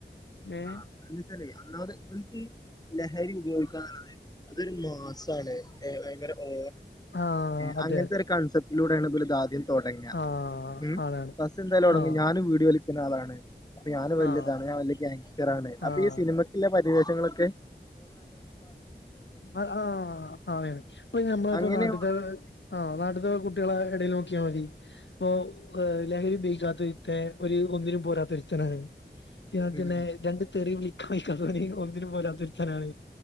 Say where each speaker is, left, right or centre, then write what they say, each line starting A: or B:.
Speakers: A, on the left; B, on the left.
A: ഏഹ്
B: ആഹ് അതെന്തച്ചാലെ ഒന്നാമത് ഇതിൽക്ക് ലഹരി ഉപയോഗി അതൊരു മാസാണ് എ ഭയങ്കര ഓ
A: ആഹ്
B: എ
A: അതെ
B: അങ്ങൻത്തെ
A: അതെ
B: ഒരു കൺസെപ്റ്റിലൂടെണ് ഇബല് ഇദാദ്യം തുടങ്ങുക
A: ആഹ്
B: ഉം
A: ആണാണ്
B: ബസ് എന്തായാലുംടങ്ങി
A: ആഹ്
B: ഞാനും വീഡി വലി <unintelligible> അപ്പൊ ഞാന് വല്യാണ്
A: ആഹ്
B: ഞാൻ വലിയ ഗാങ്സ്റ്റർ ആണ് അപ്പൊ
A: ആഹ്
B: ഈ സിനിമക്ക പരിവേശങ്ങളൊക്കെ
A: ആ <unintelligible> ഇപ്പൊ നമ്മള്
B: അങ്ങനെ
A: നാട്ടിൽ ആ നാട്ടി <unintelligible> കുട്ടികള ഇടയിൽ നോക്കി ക്ക്യ മതി. ഇപ്പൊഎ ലഹരി ഉപയൊഗിക്കാത്തരുത്ത ഒരു ഒന്നിനും പോരാത്ത ഒരുത്തനാണ് <unintelligible>
B: ഉം
A: രണ്ട് തെറി വിളിക്കാൻ <unintelligible> ഒന്നിനും പൊലാ ത്തൊരുത്തനാണ്